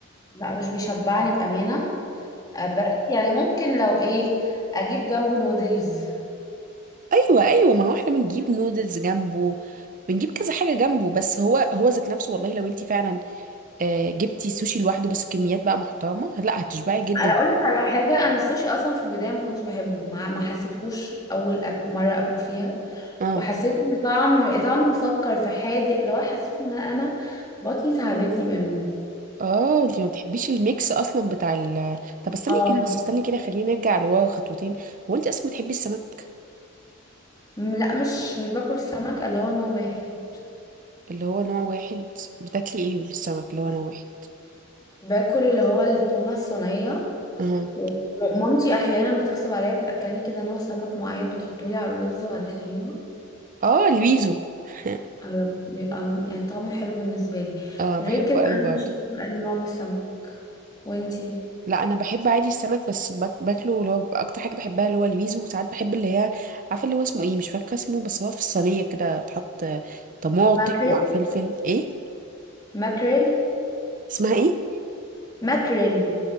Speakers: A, on the left; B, on the right.
A: لا مش بيشبعني بأمانة آه، بس يعني ممكن لو ايه اجيب جنبه نودلز
B: ايوه ايوه ما هو احنا بنجيب نودلز جنبه بنجيب كذا حاجه جنبه بس هو هو ذات نفسه والله لو انت فعلا آه، جبتي سوشي لوحده بس كميات بقى محترمه لا هتشبعي جدا
A: انا اقول لك على حاجه انا السوشي اصلا في البدايه ما كنتش بحبه ما, ما حسيتهوش اول أك... مره اكله فيها
B: اه
A: وحسيت ان طعم طعمه مسكر في حادق لو حسيت ان انا بطني تعبتني منه
B: اه انت ما بتحبيش الميكس اصلا بتاع ال طب استني
A: اه
B: كده بس استني كده خلينا نرجع لورا خطوتين هو انت اصلا بتحبي السمك
A: م- لا مش مش باكل السمك اللي هو نوع واحد
B: اللي هو نوع واحد بتاكلي ايه من السمك اللي هو نوع واحد
A: باكل اللي هو التونه الصينيه
B: اه
A: ومامتي احيانا بتغصب عليا بتاكلني كده نوع سمك معين بتحطولي على الرز وعلى الطحينه
B: اه الويزو <laughs>
A: أنا بيبقى م- يعني طعمه حلو بالنسبة لي
B: اه بحبه
A: غير كده أنا
B: قوي برضه
A: مش باكل أي نوع من السمك وانتي
B: لا انا بحب عادي السمك بس باك- باكله اللي هو اكتر حاجه بحبها اللي هو الويزو وساعات بحب اللي هي عارفه اللي هو اسمه ايه مش فاكره اسمه بس هو في الصينيه كده بتحط طماطم
A: ماكريل
B: مع فلفل ايه
A: ماكريل
B: اسمها ايه
A: ماكريل